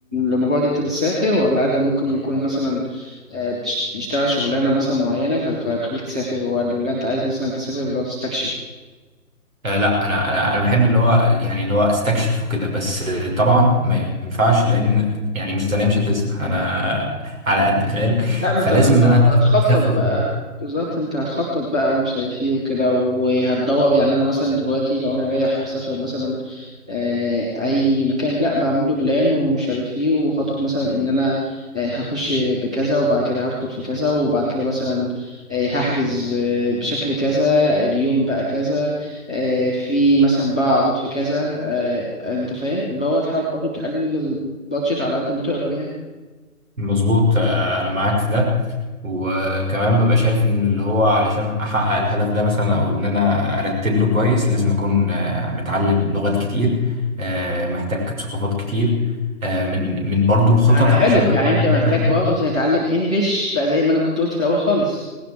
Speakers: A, in the centre; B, on the right.
A: لمجرد انت بتسافر ولا هدف ممكن يكون مثلا آه، بتشت- بتشتغل شغلانة مثلا معينة ف- فبتخليك تسافر ولا انت عايز مثلا تسافر لو تستكشف
B: آه، لا انا انا انا بحب اللي هو يعني اللي هو استكشف وكده بس آه، طبعا ما ينفعش لان يعني ميزانيه مش هتسمح انا <laughs> على قدي فاهم
A: لا ما
B: فلازم
A: انت ما
B: ان انا
A: انت هتخطط
B: هسافر هسافر فوق
A: بقى بالظبط انت هتخطط بقى ومش عارف ايه وكده وهتدور يعني انا مثلا دلوقتي لو انا رايح اسافر مثلا آه، اي مكان لا بعمله بلان ومش عارف ايه وخطط مثلا ان انا آه، هخش بكذا وبعد كده هدخل في كذا وبعد كده مثلا آه، هحجز آه، بشكل كذا اليوم بقى كذا آه، في مثلا بقى عرض في كذا آه، انت فاهم اللي هو تحاول برضه تقلل البادجت على قد ما تقدر يعني
B: مظبوط آه، انا معاك في ده وكمان ببقى شايف ان اللي هو علشان احقق الهدف ده مثلا او ان انا ارتب له كويس لازم اكون آه، متعلم لغات كتير آه، محتاج بثقافات كتير آه، من من برضو الخطط
A: يعني حلو
B: علشان
A: يعني
B: احقق
A: انت
B: الهدف
A: محتاج برضه
B: ده
A: تتعلم انجليش بقى زي ما انا كنت قلت في الاول خالص